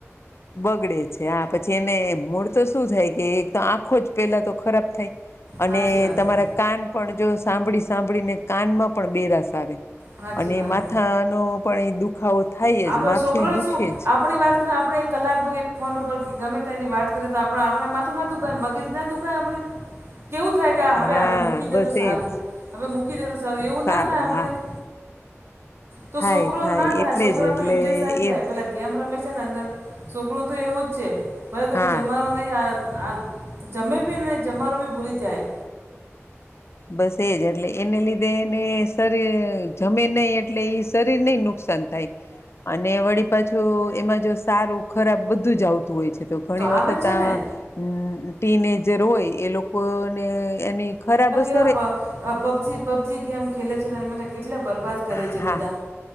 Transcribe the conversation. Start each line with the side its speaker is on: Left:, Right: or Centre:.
Left: બગડે છે. આ પછી એને મૂળ તો શું થાય કે એક તો આંખો જ પેલા તો ખરાબ થાય. અને
Right: સાચી વાત
Left: તમારા
Right: હે
Left: કાન પણ જો સાંભળી સાંભળીને કાનમાં પણ બેરાસ આવે.
Right: સાચી
Left: અને
Right: વાત
Left: માથાનો પણ એ દુખાવો થાય
Right: આપે
Left: જ માથું
Right: છોકરો
Left: દુખે
Right: છું
Left: જ
Right: આપણી વાત આપણે એક કલાક ભરીએ ફોન ઉપર ગમે તેની વાત કરીએ તો આપ આપણે માથું ના દુખાય મગજ ના દુખાય આપણે? કેવું થાય કે હવે
Left: હા
Right: હવે મૂકી દે
Left: બસ
Right: તો સારું
Left: એજ
Right: હવે મૂકી દે તો એવું
Left: સારું
Right: ના થાય આપે
Left: હા
Right: તો
Left: થાય
Right: છોકરો ના થાય
Left: એટલે
Right: છોક
Left: જ એટલે
Right: ઇન્ટરેસ્ટ આવી જાય
Left: એ
Right: પેલી ગેમ રમે છે ને અંદર, છોકરું તો એવું જ છે ભલે તમે
Left: હા
Right: જમવાનું નહીં જમે બી નહીં જમા નું બી ભૂલી જાય.
Left: બસ એજ એટલે એને લીધે એને શરીર જમે નહી એટલે શરીર નહી નુકસાન થાય અને વળી પાછું એમાં જો સારું ખરાબ બધું જ આવતું હોય છે. તો ઘણી
Right: આવે
Left: વખત
Right: છે
Left: આ
Right: ને
Left: ટીનેજર હોય એ લોકો ને એની ખરાબ વસ
Right: પ પ પબજી પબજી ગેમ ખેલે છે. <unintelligible> તો કેટલા બરબાદ કરે
Left: હા
Right: છે બધા.